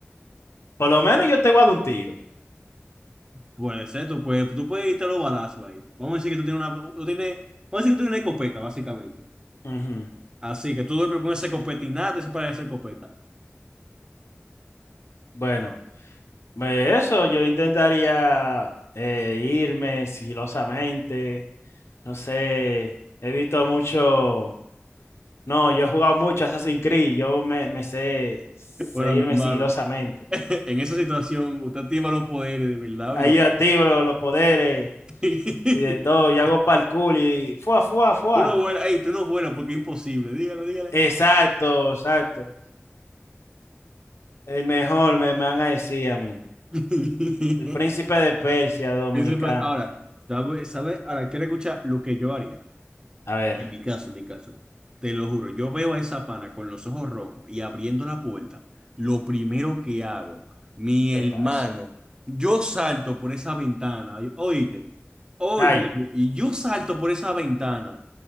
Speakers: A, on the left; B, on the right.
A: Por lo menos yo te guardo un tiro.
B: Puede ser, tú puedes, tú puedes irte a los balazos ahí. Vamos a decir que tú tienes una... Tú tienes, vamos a decir que tú tienes una escopeta, básicamente.
A: ujú.
B: Así que tú duermes con esa escopeta y nada te separa de esa escopeta.
A: Bueno. Eh, Eso, yo intentaría eh, irme sigilosamente, no sé, he visto mucho, no, yo he jugado mucho Assassin's Creed, yo me, me sé, sé
B: Bueno,
A: irme
B: mi hermano,
A: sigilosamente.
B: <laughs> en esa situación, usted activa los poderes, de verdad,
A: Ahí
B: o yo.
A: yo activo lo- los, poderes
B: <laughs>
A: y de todo, yo hago parkour y fuá, fuá, fuá.
B: Tú no vuelas, ey, tú no vuelas porque es imposible. Dígalo, dígale.
A: Exacto, exacto. El mejor me, me van a decir a mí.
B: <laughs>
A: El príncipe de Persia dominicano.
B: Pienso, pues, Ahora, ¿sabe, sabe? Ahora, quiero escuchar lo que yo haría.
A: A ver,
B: En mi caso, en mi caso. Te lo juro, yo veo a esa pana con los ojos rojos y abriendo la puerta. Lo primero que hago, mi
A: un pepazo.
B: hermano, yo salto por esa ventana. Oíste, óyeme,
A: Ay,
B: y yo salto por esa ventana.